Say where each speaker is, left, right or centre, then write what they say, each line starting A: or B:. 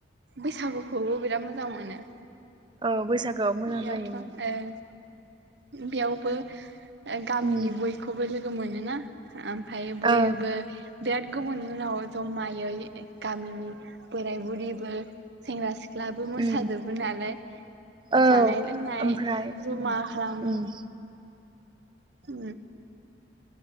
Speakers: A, on the right; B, on the right.
A: बैसागुखौबो बिराद मोजां मोनो
B: औ बैसागोआव मोजां
A: बेयावथ'
B: जायो
A: ओं बेयावबो गामिनि
B: उम
A: बयखौबो ल गोमोनो ना ओमफ्राय बयबो
B: ओं
A: बिराद गुबुननि उनाव जमायै गामिनि बोराय बुरिबो सेंग्रा सिख्ला लाबो मोसाजोबो
B: उम
A: नालाय
B: औ
A: जानाय लोंनाय
B: ओमफ्राय
A: जमा
B: उम
A: खालामो
B: उम
A: उ